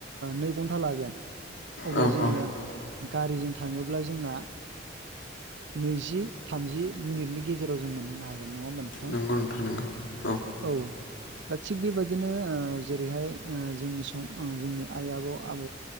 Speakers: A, on the right; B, on the left.
A: नै घन्टा लागोन अब्ला
B: औ
A: जोङो
B: औ
A: गारिजों थाङोब्ला जोंना नैजि थामजि मिनिटनि गेजेराव जों मोनहैनो हागोन नङा होमबा नोंथां
B: नंगौ नोंथां नोंगौ औ
A: औ दा थिग बेबायाददिनो जेरैहाय जोंनि स जोंनि आइ आबौ आब